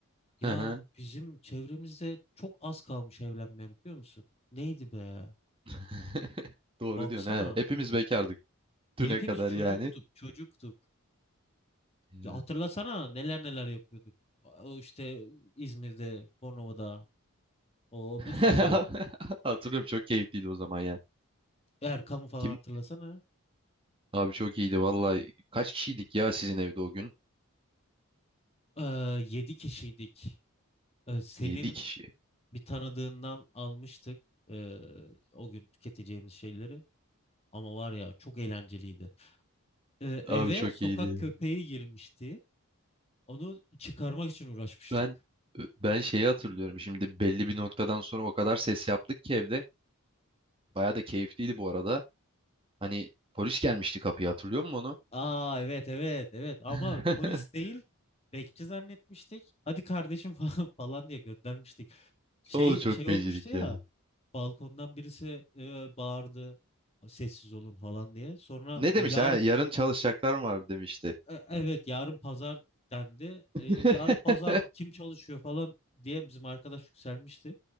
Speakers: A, on the left (about 30°); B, on the right (about 25°).
A: Ya
B: Hı hı.
A: bizim çevremizde çok az kalmış evlenmeyen biliyor musun? Neydi be?
B: <laughs> Doğru
A: Baksana.
B: diyorsun he. Hepimiz bekardık düne
A: Hepimiz
B: kadar
A: çocuktuk,
B: yani.
A: çocuktuk.
B: Ya.
A: Ya hatırlasana neler neler yapıyorduk. O işte İzmir'de, Bornova'da o
B: <laughs>
A: bir sürü şey yaptık.
B: Hatırlıyorum çok keyifliydi o zaman ya.
A: Erkam'ı falan
B: Kim?
A: hatırlasana.
B: Abi çok iyiydi vallahi. Kaç kişiydik ya sizin evde o gün?
A: Ee, yedi kişiydik. Ee, senin
B: 7 kişi.
A: Bir tanıdığından almıştık e, o gün tüketeceğimiz şeyleri. Ama var ya çok eğlenceliydi. E, eve
B: Abi çok
A: sokak
B: iyiydi.
A: köpeği girmişti. Onu çıkarmak için uğraşmıştık.
B: Ben ben şeyi hatırlıyorum. Şimdi belli bir noktadan sonra o kadar ses yaptık ki evde. Baya da keyifliydi bu arada. Hani polis gelmişti kapıya hatırlıyor musun onu?
A: Aa evet evet evet ama
B: <laughs>
A: polis değil bekçi zannetmiştik. Hadi kardeşim <laughs> falan falan diye göndermiştik. Şey
B: O çok
A: şey
B: fecilik
A: olmuştu ya
B: ya.
A: balkondan birisi e, bağırdı sessiz olun falan diye. Sonra
B: Ne
A: e,
B: demiş
A: yarın
B: ha? Yarın çalışacaklar mı var demişti.
A: E, Evet yarın pazar dendi. E,
B: <laughs>
A: yarın pazar kim çalışıyor falan diye bizim arkadaş yükselmişti.